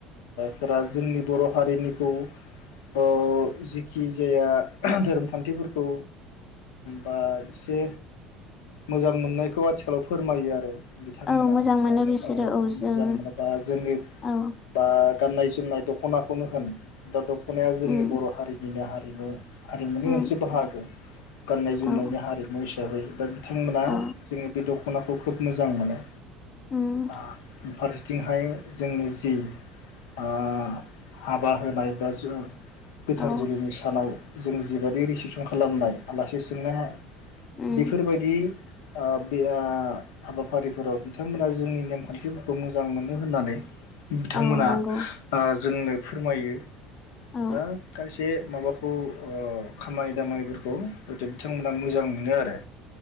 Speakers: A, on the left (about 85°); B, on the left (about 40°).
A: फोरा जोंनि बर' हारिनिखौ ओ जिखि जाया धोरोमखान्थिफोरखौ बा एसे मोजां मोननायखौ आथिखालाव फोरमायो आरो बिथांमोना
B: औ मोजां मोनो बिसोरो
A: औ औ
B: जों
A: मोजां मोनो बा जोंनि
B: औ
A: बा गाननाय जोमनाय दख'नाखौनो होन दा दख'नाया जोंनि
B: उम
A: बर' हारिनिनो हारिमु हारिमुनि
B: उम
A: मोनसे बाहागो गाननाय जोमनायनि
B: औ
A: हारिमु दा बैबा बिथांमोना
B: औ
A: जोंनि बे दख दख'नाखौ खोब मोजां मोनो
B: उम
A: आ फारसेथिंहाय जोंनि जि ओ हाबा होनाय बा गोथार
B: औ
A: जुलिनि सानाव जों जिबायदि रिसिपसन खालामनाय आलासि सोंनो
B: उम
A: बेफोरबायदि ओ बिया हाबाफारिफोराव बिथांमोना जोंनि नेमखान्थिफोरखौ मोजां मोनो होननानै बिथांमोना
B: औ नंगौ
A: ओ जोंनो फोरमायो।
B: औ
A: दा बे माबाखौ ओ खामानि दामानिफोरखौ हयथ' बिथांमोना मोजां मोनो आरो।